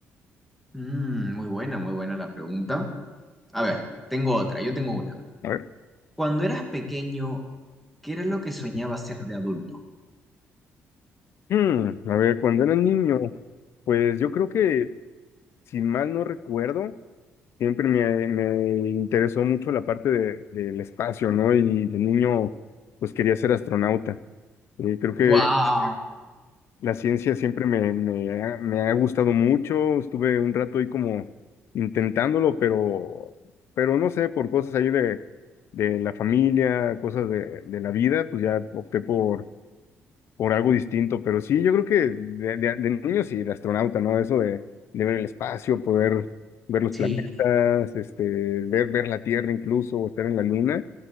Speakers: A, in the centre; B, on the left.
A: Mm, muy buena, muy buena la pregunta. A ver, tengo otra, yo tengo una.
B: A ver.
A: Cuando eras pequeño, ¿qué era lo que soñabas ser de adulto?
B: Hmm, a ver, cuando era niño, pues yo creo que, si mal no recuerdo, siempre me, me interesó mucho la parte de- del espacio, ¿no? Y de niño, pues quería ser astronauta. Eh, creo que
A: ¡Wow!
B: la ciencia siempre me, me ha, me ha gustado mucho. Estuve un rato ahí como intentándolo, pero, pero no sé, por cosas ahí de, de la familia, cosas de, de la vida, pues ya opté por por algo distinto, pero sí, yo creo que de, de, de niño sí, de astronauta, ¿no? Eso de, de ver el espacio, poder ver los
A: Sí,
B: planetas, este, ver, ver la Tierra incluso, o estar en la Luna,